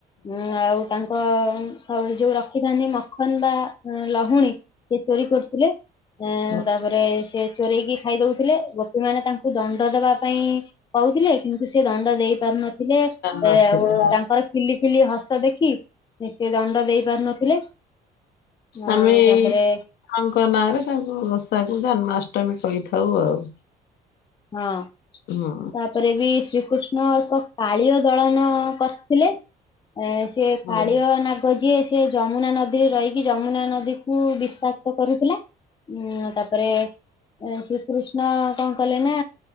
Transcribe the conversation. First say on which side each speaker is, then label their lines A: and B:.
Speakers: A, on the left (about 25°); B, on the left (about 70°).
A: ଉ ଆଉ ତାଙ୍କ ସ ଯୋଉ ରଖିଥାନ୍ତି ମଖନ ବା ଲହୁଣୀ ସେ ଚୋରି କରୁଥିଲେ ଆ
B: ହଁ
A: ତାପରେ ସେ ଚୋରଇକି ଖାଇ ଦଉଥିଲେ ଗୋପୀମାନୋନ ତାଙ୍କୁ ଦଣ୍ଡ ଦେବା ପାଇଁ କହୁଥିଲେ କିନ୍ତୁ ସେ ଦଣ୍ଡ ଦେଇ ପାରୁନଥିଲେ
B: ନଥିଲେ
A: ଏ ଆଉ ତାଙ୍କର ଫିଲି ଫିଲି ହସ ଦେଖି ନି ସେ ଦଣ୍ଡ ଦେଇ ପାରୁନଥିଲେ
B: ଆମେ
A: ଆଉ ତା
B: ଏଇ
A: ତାପରେ
B: ତାଙ୍କ ନାଁ ରେ ତାଙ୍କୁ ବଷାକୁ ଜନ୍ମାଷ୍ଟମୀ କହିଥାଉ ଆଉ
A: ହଁ
B: ହୁଁ।
A: ତାପରେ ବି ଶ୍ରୀକୃଷ୍ଣ ତ କାଳିଅ ଦଳନ କରି ଥିଲେ ସେି
B: ହଁ
A: କାଳିଅ ନାଗ ଯିଏ ସେ ଯମୁନା ନଦୀ ରେ ରହିକି ଯମୁନା ନଦୀକୁ ବିଶାସ କରୁଥିଲା ଉଁ ତାପରେ ଶ୍ରୀକୃଷ୍ଣ କଣ କଲେ ନା